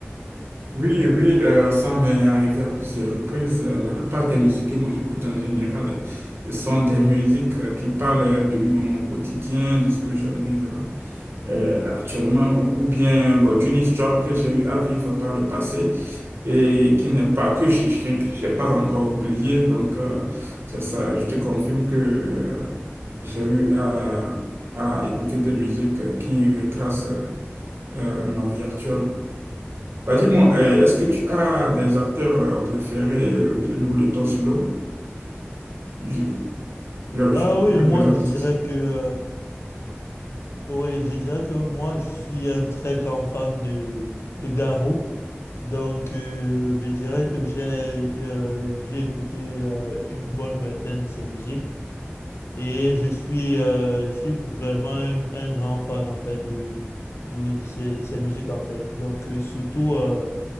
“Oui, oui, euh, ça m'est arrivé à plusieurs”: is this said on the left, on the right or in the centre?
Right